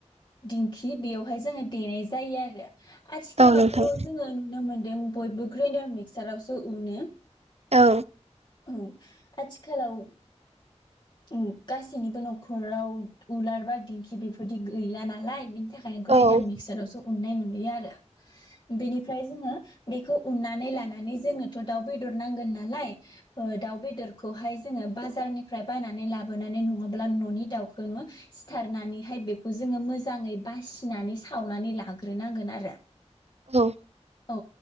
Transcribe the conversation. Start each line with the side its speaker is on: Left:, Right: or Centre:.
Left: दिंखि बेयावहाय जोङो देनाय जायो आरो आथिखालावथ'
Right: औ नोंथां
Left: जोङो नुनो मोनदों बयबो ग्राइनडार मिक्सारावसो उनो।
Right: औ
Left: औ आथि खालाव उम गासैनिबो न'खराव उलार बा दिंखि बेफोरदि गैला नालाय बिनि था खायनो ग्रेन्डार
Right: औ
Left: मिक्सारावसो उननाय नुयो आरो बेनिफ्राय जोङो बेखौ उन्नानै लानानै जोङो थ' दाउ बेदर नांगोन नालाय ओ दाउ बेदरख जोङो बाजारनिफ्राय बायनानै लाबोनानै नङाब्ला न'नि दाउखौनो सिथारनानैहाय बेखौ जोङो मोजाङै बासिनानै सावनानै लाग्रोनांगोन आरो
Right: औ
Left: औ